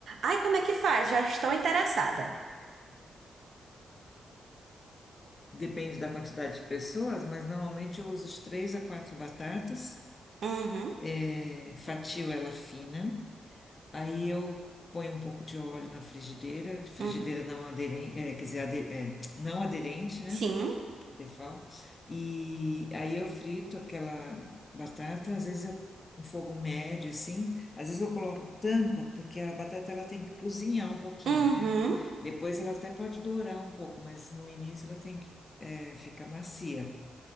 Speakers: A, on the right (about 65°); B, on the left (about 30°).
A: Ai, como é que faz? Já estou interessada.
B: Depende da quantidade de pessoas, mas normalmente eu uso de três a quatro batatas,
A: Uhum.
B: eh, fatio ela fina. Aí eu ponho um pouco de óleo na frigideira, frigideira
A: Uhum.
B: não aderente, é, quer dizer, ade- é, não aderente, né?
A: Sim.
B: Tefal. E aí eu frito aquela batata, às vezes eu um fogo médio, assim, às vezes eu coloco tampa, porque a batata ela tem que cozinhar um pouquinho,
A: Uhum.
B: né? Depois ela até pode dourar um pouco, mas no início ela tem que é, ficar macia.